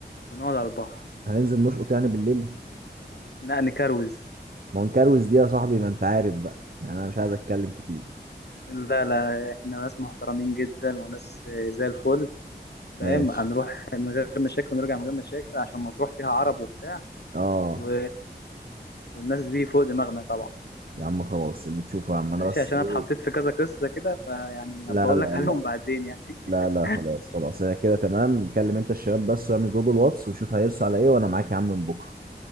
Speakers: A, on the left (about 70°); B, on the right (about 55°).
A: ونقعد على البحر
B: هننزل نشقط يعني بالليل
A: لا نكروز
B: ما هو نكروز دي يا صاحبي ما انت عارف بقى يعني انا مش عايز اتكلم كتير
A: لا لا احنا ناس محترمين جدا وناس زي الفل فاهم
B: ماشي
A: هنروح من غير مشاكل ونرجع من غير مشاكل عشان ما تروح فيها عرب وبتاع
B: اه
A: و... والناس دي فوق دماغنا طبعا
B: يا عم خلاص اللي تشوفه يا عم انا
A: ماشي
B: بس
A: عشان
B: ايه
A: انا اتحطيت في كذا قصة كده فيعني
B: لا
A: هبقول
B: لا
A: لك <laughs> عليهم
B: لا
A: بعدين يعني
B: لا
A: <laughs>
B: لا خلاص خلاص هي كده تمام كلم انت الشباب بس واعمل جروب الواتس وشوف هيرسوا على ايه وانا معاك يا عم من بكره